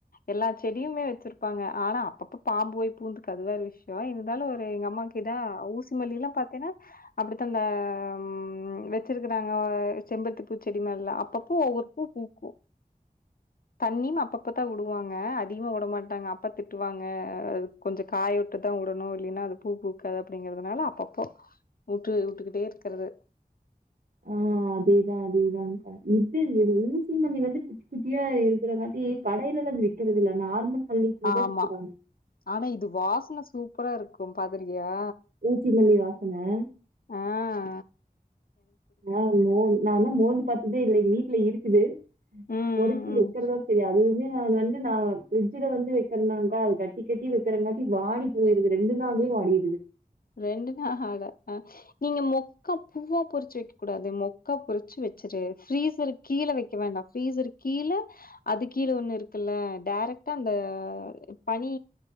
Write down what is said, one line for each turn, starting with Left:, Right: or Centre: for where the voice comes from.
Left: எல்லா செடியுல வெச்சிருப்பாங்க ஆனா அப்பப்ப பாம் பு போய் பூந்துக்கு அது வேற விஷ்யோ இருந்தாலு ஒரு எங்க அம்மாக்கு இந் த ஊசிமல்லில்லா பத்தீன்னா அப்டித்தா அந்த ம் வெச்சிருக்குறாங்க செம் பருத்திப்பூச்செடி மார்லா அப்பப்போ ஒவ்வொரு பூ பூக்கு தண்ணியும் அப்பப்பதா வுடுவாங்க அதிகமா வுடமாட்டாங்க அப்பா திட்டுவாங்க கொஞ்சோ காயவுட் டி தா வுடணு இல்லின்னா அது பூ பூக்காது அப்டிங்கறதுனால அப்பப்போ வுட்டு வுட்டுக்கிட்டே இருக்கறது
Right: அ அ அதேதா அதேதாங்கா இது ஊசிமனி வந்து குட்டி குட்டியா இருக்கற காட்டி கடைல லன் விக்கிறதில்ல நார்மல் மல்லிப்பூ தா
Left: ஆமா
Right: விக்கிறாங்க
Left: ஆனா இது வாசன சூப்பராருக்கு பாத்திருக் கியா
Right: ஊசி மல்லி வாசன
Left: அ
Right: அ மோ நா இன்னோ மோந்து பாத்ததே இல்ல எங்க வீட்ல இருக்குது
Left: ம்
Right: பொரிச்சி
Left: ம் ம்
Right: வெக்கிறதா செரி அதுவுமே அ அது வந்து நா ஃபிர்ஜில வந்து வெக்கறனால்தா அது கட்டி கட்டி வெக்கறங்காட்டி வாடி போயிறுது ரெண்டு நாள்லே பூ அழிது
Left: ரெண்டு நா ஆகால அ நீங்க மொக்க பூவா பரிச்சி வெக்க கூடாது மொக்கா பரிச்சி வெக் வெச்சிட்டு ஃப்ரீசர் கீல வெக்க வேண்டா ஃப்ரீசர் கீல அது கீல ஒன்னு இருக்குல்ல டேர் ரெக்ட்டா அந்த பனி